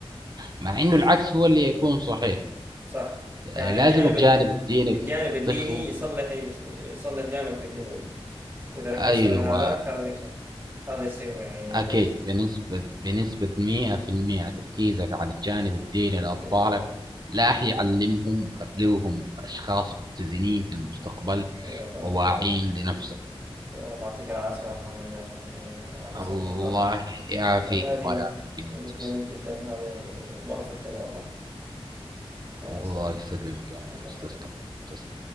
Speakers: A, on the right; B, on the right.
A: أوكي
B: مع انه العكس هو اللي يكون صحيح
A: صح
B: يعني
A: يعني
B: لازم
A: الجانب
B: الجانب
A: ال-
B: الديني
A: الجانب
B: في
A: الديني
B: الطفل
A: يصلح يصلح جانبك الدنيوي إذا ركزت
B: ايوه
A: على هذاك هذا يخ- هذا يصير يعني
B: اكيد
A: كويس
B: بنسبه بنسبه 100% تركيزك على الجانب الديني لاطفالك
A: اي والله
B: لا يعلمهم ويخلوهم اشخاص متزنين في المستقبل
A: اي والله
B: وواعين لنفسهم
A: اي والله يعطيك العافية يا محمد يا أخي يعني ما قصرت
B: الله
A: والله
B: يعافيك
A: هذه
B: الله
A: نكتة
B: يعافيك يا
A: جميل
B: معتصم
A: جدا هذا يعني مرة فتني والله الله يسلمك
B: الله يسلمك يا معتصم
A: الله يخليك
B: تسلم